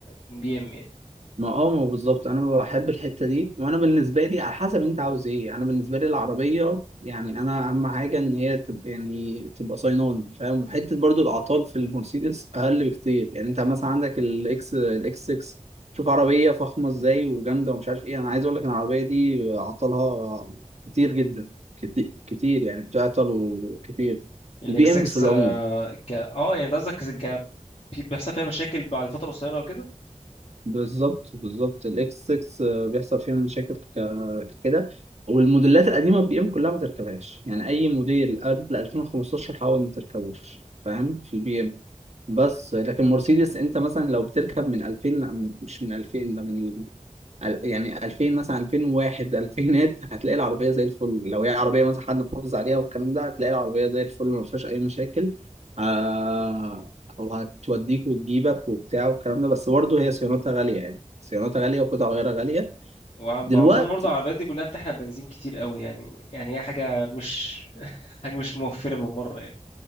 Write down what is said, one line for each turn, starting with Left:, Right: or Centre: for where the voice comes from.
Left: من بي ام يعني
Right: ما اه ما بالظبط انا بحب الحته دي وانا بالنسبه لي على حسب انت عاوز ايه انا بالنسبه لي العربيه يعني انا اهم حاجه ان هي تبقى يعني تبقى صيناني فاهم وحته برضو الاعطال في المرسيدس اقل بكتير يعني انت مثلا عندك الاكس الاكس 6 شوف عربيه فخمه ازاي وجامده ومش عارف ايه انا عايز اقول لك إن العربيه دي اعطالها كتير جدا كتير كتير يعني بتعطل وكتير
Left: الاكس
Right: البي ام
Left: 6
Right: في العموم
Left: ك اه يعني ده قصدك ك... بيحصل فيها مشاكل بعد فتره قصيره وكده
Right: بالظبط بالظبط الاكس 6 بيحصل فيها مشاكل ك- كده والموديلات القديمه البي ام كلها ما تركبهاش يعني اي موديل قبل 2015 حاول ما تركبوش فاهم في البي ام بس لكن مرسيدس انت مثلا لو بتركب من 2000 لا، مش من 2000 ده من ال- يعني 2000 مثلا 2001 2000 هتلاقي العربية زي الفل لو هي عربية مثلا حد محافظ عليها والكلام ده هتلاقي العربية زي الفل ما فيهاش أي مشاكل آه وهتوديك وتجيبك وبتاع والكلام ده بس برضه هي صيانتها غالية يعني صيانتها غالية وقطع غيارها غالية
Left: وأظن
Right: دلوقتي
Left: برضه العربيات دي كلها بتحرق بنزين كتير قوي يعني يعني هي حاجة مش <laughs> حاجة مش موفرة بالمرة يعني